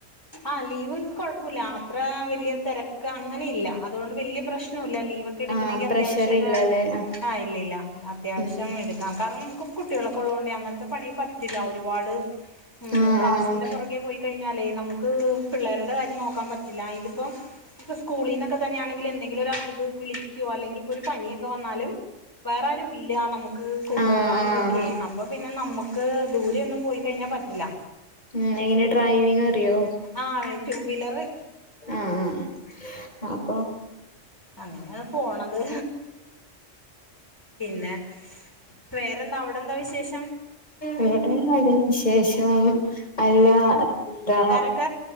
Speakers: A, on the left (about 15°); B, on the left (about 35°).
A: ആഹ് ലീവ് കൊഴപ്പല്ല അത്ര വല്യ തിരക്ക് അങ്ങനെ ഇല്ല അതുകൊണ്ട് വല്യ പ്രശ്നോല്ല ലീവൊക്കെ എടുക്കണങ്കിൽ
B: ആഹ്
A: അത്യാവശ്യോക്കെ
B: പ്രഷർ ഇല്ലല്ലേ
A: ആഹ് ഇല്ലില്ല അത്യാവശ്യം
B: ഉം
A: എടു ടുക്കാം കാരണം നമുക്ക് കുട്ടികളൊക്കെ ഉള്ളോണ്ടേയ് അങ്ങനത്തെ പണി പ റ്റില്ല ഒരുപാട് ഉം
B: ആഹ്
A: കാശിന്റെ
B: ആഹ്
A: പൊറകെ പോയി കഴിഞ്ഞാലെയ് നമുക്ക്‌ പിള്ളേരുടെ കാര്യം നോക്കാൻ പറ്റില്ല ഇതിപ്പ ഇപ്പ സ്കൂളീന്നൊക്കെ തന്നാണെങ്കിൽ എന്തെങ്കിലും ഒരു ആ ഇത് വിളി ക്കു അല്ലെങ്കിപ്പൊ ഒരു പനിയൊക്കെ വന്നാലും വേറാരു ഇല്ല നമുക്ക് കൊണ്ടോവാനും
B: ആഹ് ആഹ് ആഹ്
A: ഇതൊക്കെയ് അപ്പൊ പിന്നെ നമുക്ക് ദൂരെ ഒന്നും പോയി കഴിഞ്ഞാ പറ്റില്ല
B: ഉം എങ്ങനെ ഡ്രൈവിങ് അറിയോ
A: ആഹ് അറിയും ടുവീലറ്
B: ആഹ് ആഹ് അപ്പ്
A: അങ്ങനെയാണ് പോണത് പിന്നെ വേറെന്താ അവിടെ എന്താ വിശേഷം?
B: ഇവിടെ നല്ലവിശേഷം അല്ല എന്താ
A: പിക്ക